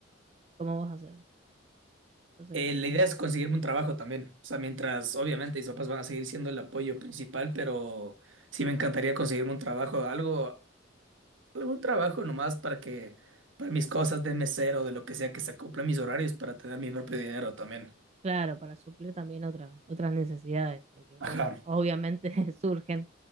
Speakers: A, on the right; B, on the right.
A: cómo vas a hacer? O sea.
B: Eh, la idea es conseguirme un trabajo también. O sea, mientras obviamente mis papás van a seguir siendo el apoyo principal, pero sí me encantaría conseguirme un trabajo, algo, algún trabajo nomás para que, para mis cosas de mesero, de lo que sea, que se acoplen mis horarios para tener mi propio dinero también.
A: Claro, para suplir también otra- otras necesidades, porque
B: Ajá.
A: bueno, obviamente <laughs> surgen,